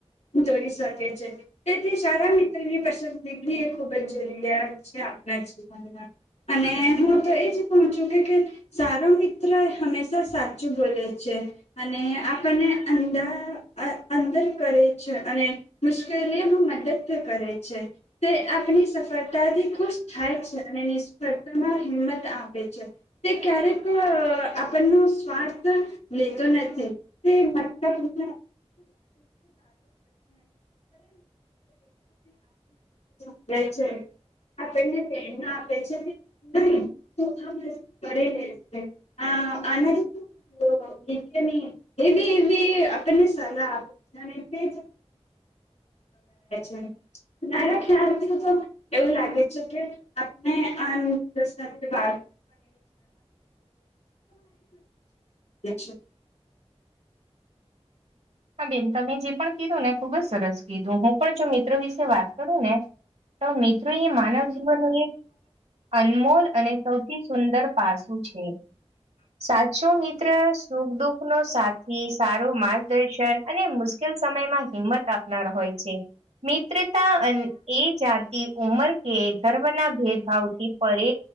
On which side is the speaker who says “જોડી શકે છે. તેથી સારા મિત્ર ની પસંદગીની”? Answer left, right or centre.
Left